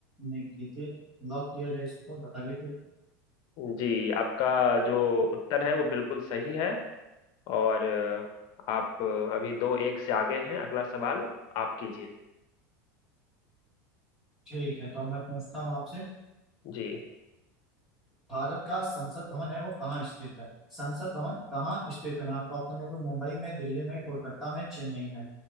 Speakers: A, in the centre; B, on the left (about 55°).
A: ने की थी लॉक किया जाए इसको बताइए फिर
B: जी आपका जो उत्तर है वो बिल्कुल सही है और अ, आप अ, अभी दो एक से आगे हैं अगला सवाल आप कीजिए
A: ठीक है तो अब मैं पूछता हूँ आपसे
B: जी
A: भारत का संसद भवन है वो कहाँ स्थित है संसद भवन कहाँ स्थित है मैं आपको ऑप्शन दे दूं मुंबई में दिल्ली में कोलकाता में चेन्नई में